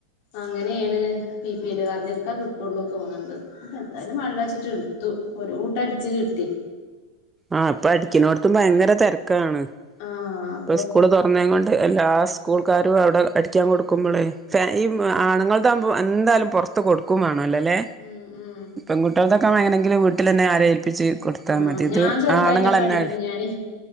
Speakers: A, on the left; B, on the right.
A: അങ്ങനെയാണ് ബി പി എൽ കാർഡർക്ക് ക്കാ കിട്ടുള്ളൂ തോന്ന്ണ്ട് അപ്പ എന്തായാലും വേണ്ടില്ല വെച്ചിട്ട് എടുത്തു ഒരു കൂട്ടം അടിച്ച് കിട്ടി
B: ആ അപ്പൊ അടിക്കിണോടത്തും ഭയങ്കര തിരക്കാണ്
A: ആഹ് ആഹ്
B: ഇപ്പ സ്കൂള് തൊർന്നേ കൊണ്ട് എല്ലാ സ്കൂൾക്കാരും അവിടെ അടിക്കാൻ കൊടുക്കുമ്പളേ ഫാ ഈ
A: ഉം
B: ആണുങ്ങൾതാഉമ്പോ എന്തായാലും പുറത്ത് കൊടുക്കും വേണല്ലോല്ലേ
A: ഉം ഉം
B: പെൺകുട്ട്യൾതൊക്കെ ആമ്പ എങ്ങനെങ്കില് വീട്ടിലെന്നെ ആരേഏൽപ്പിച്ച് കൊടുത്താ
A: ആഹ്
B: മതി ഇത്
A: ഞാൻ ചെറുതായിട്ടൊക്കെ
B: ആണുങ്ങളന്നെ
A: അടിക്കും ഞാന്